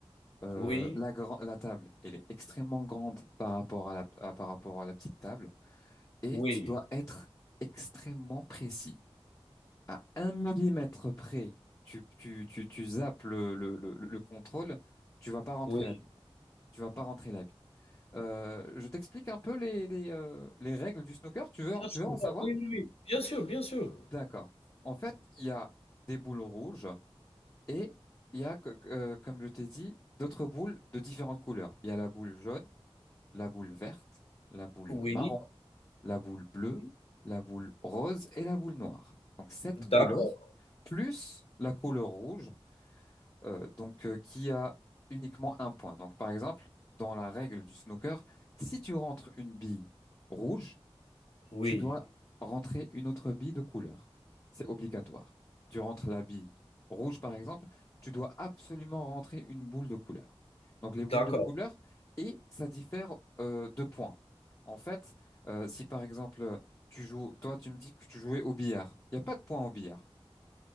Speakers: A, on the left; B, on the left.
A: Euh,
B: oui,
A: la, gran- la table, elle est extrêmement grande par rapport à la, à- par rapport à la petite table. Et
B: oui,
A: tu dois être extrêmement précis. À un millimètre près, tu, tu, tu, tu zappes le, le, le, le contrôle, tu vas pas rentrer
B: oui.
A: la Tu vas pas rentrer la bille. Euh, je t'explique un peu les, les, euh, les règles du snooker. Tu veux,
B: Bien sûr,
A: tu veux
B: bon,
A: en savoir?
B: oui, oui, oui. Bien sûr, bien sûr.
A: D'accord. En fait, il y a des boules rouges et il y a, que- que- euh, comme je t'ai dit, d'autres boules de différentes couleurs. Il y a la boule jaune, la boule verte, la boule
B: Oui,
A: marron, la boule bleue,
B: oui.
A: la boule rose et la boule noire. Donc, sept
B: D'accord,
A: couleurs plus la couleur rouge. euh, donc euh, qui a uniquement un point. Donc par exemple, dans la règle du snooker, si tu rentres une bille rouge,
B: oui,
A: tu dois rentrer une autre bille de couleur. C'est obligatoire. Tu rentres la bille rouge par exemple, tu dois absolument rentrer une boule de couleur. Donc les boules
B: d'accord.
A: de couleur et ça diffère euh, de points. En fait, euh, si par exemple tu joues, toi tu me dis que tu jouais au billard, il n'y a pas de points au billard.